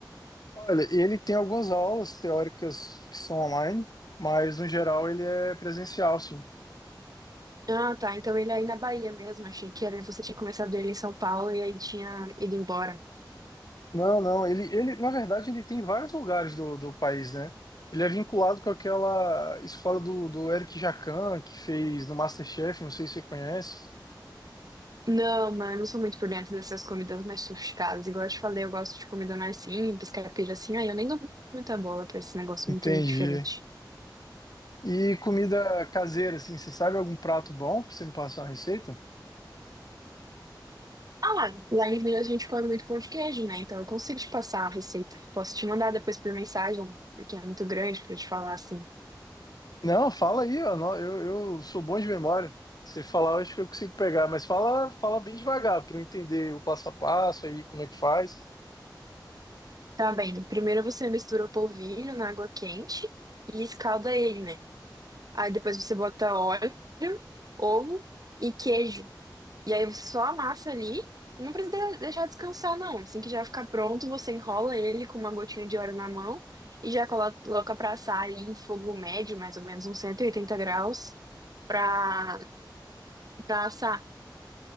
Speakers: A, on the left; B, on the right.
A: Olha, ele tem algumas aulas teóricas que são online, mas no geral ele é presencial, sim.
B: Ah, tá. Então ele é aí na Bahia mesmo. Achei que era, você tinha começado ele em São Paulo e aí tinha ido embora.
A: Não, não, ele, ele, na verdade, ele tem vários lugares do, do país, né? Ele é vinculado com aquela escola do, do Eric Jacquin, que fez no MasterChef, não sei se você conhece.
B: Não, mano, eu não sou muito por dentro dessas comidas mais sofisticadas. Igual eu te falei, eu gosto de comida mais simples, caipira assim. Aí eu nem dou muita bola pra esse negócio
A: Entendi.
B: muito diferente.
A: E comida caseira, assim, você sabe algum prato bom pra você me passar uma receita?
B: Ah, lá, lá em Minas a gente come muito pão de queijo, né? Então eu consigo te passar a receita. Posso te mandar depois por mensagem, porque é muito grande pra te falar assim.
A: Não, fala aí, ó, não, eu, eu sou bom de memória. Você falar, eu acho que eu consigo pegar, mas fala, fala bem devagar pra eu entender o passo a passo aí, como é que faz.
B: Tá bem. Primeiro você mistura o polvilho na água quente e escalda ele, né? Aí depois você bota óleo, ovo e queijo. E aí você só amassa ali e não precisa de- deixar descansar, não. Assim que já ficar pronto, você enrola ele com uma gotinha de óleo na mão e já colo- coloca pra assar ali em fogo médio, mais ou menos uns 180 graus, pra, pra assar.